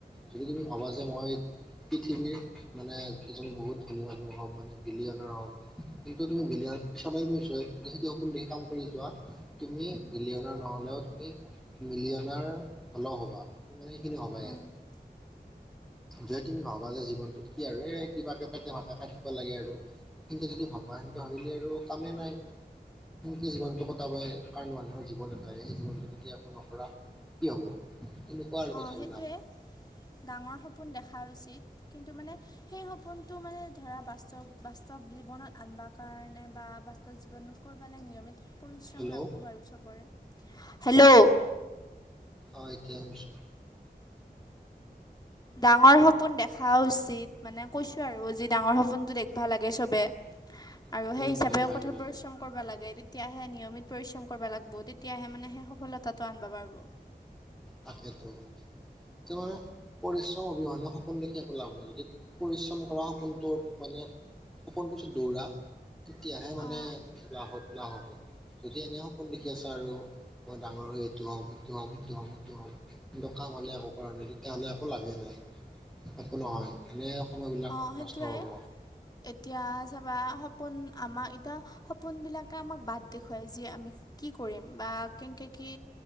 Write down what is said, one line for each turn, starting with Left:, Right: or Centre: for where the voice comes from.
Centre: যদি তুমি ভাবা যে মই পৃথিৱীৰ মানে এজন বহুত ধনী মানুহ হম মানে বিলিয়নাৰ হম সেই তুমি বিলিয়নৰ পিছ তুমি য যদি সেইটো সপোন দেখি কাম কৰি যোৱা তুমি বিলিয়নৰ নহলেও তুমি মিলিয়নাৰ হ'লেও হ'বা তুমি মানে এইখিনি
Left: অঁ
Centre: হ'বায়ে যদি তুমি ভবা যে জীৱনটোত কি আৰু এই কিবাকে পেটে মাতে খাই থাকিব লাগে আৰু। কিন্তু যদি ভাবা সেনটো ভাবিলি আৰু কামেই নাই। সেনেকে জীৱনটো কটাব কাৰ মানুহৰ জীৱন নটায় সেই জীৱনটো যদি একো নকৰা কি হ'ব তেনেকুৱা আৰু
Left: অ',
Centre: কথাবিলাক
Left: সেইটোৱে ডাঙৰ সপোন দেখা উচিত কিন্তু মানে সেই সপোনটো মানে ধৰা বাস্তৱ বাস্তৱ জীৱনত আনিব কাৰণে বা জীৱনত কৰিবালৈ নিয়মিত পৰিশ্ৰম
Centre: হেল্ল'
Left: লাগব বাৰু চবৰে হেল্ল',
Centre: অ, এতিয়া আহিছো।
Left: ডাঙৰ সপোন দেখা উচিত মানে কৈছো আৰু আজি ডাঙৰ সপোনতটো দেখিবা লাগে চবে
Centre: <inaudible>
Left: আৰু সেই হিচাপেও
Centre: উম লাগে
Left: কথ
Centre: লাগে
Left: পৰিশ্ৰম কৰিব লাগে। তেতিয়াহে নিয়মিত পৰিশ্ৰম কৰিব লাগিব। তেতিয়াহে মানে সেই সফলতাটো আনব পাৰিব।
Centre: তাকেতো তোৰ পৰি অবিহনে সপোন দেখি একো লাভ হয়। যদি পৰিশ্ৰম কৰা সপোনটো মানে সপোনটো পিত দৌৰা তেতিয়াহে মানে
Left: অঁ
Centre: য হ লাভ হ'ব যদি এনে সপোন দেখি আছে আৰু মই ডাঙৰ হৈ এইটো হ'ম সেইটো হ'ম সেইটো হ'ম কিন্তু কাম হলে একো কৰা নাই তেতিয়া হ'লে একো লাভে নাই একো নহয় এনে সময়বিলাক
Left: অ', সেইটয়ে
Centre: নষ্ট হ'ব
Left: এতিয়া চাবা সপোন আমাক এতিয়া সপোনবিলাকে আমাক বাদ দেখুৱায় যে আমি কি কৰিম বা কেনেকে কি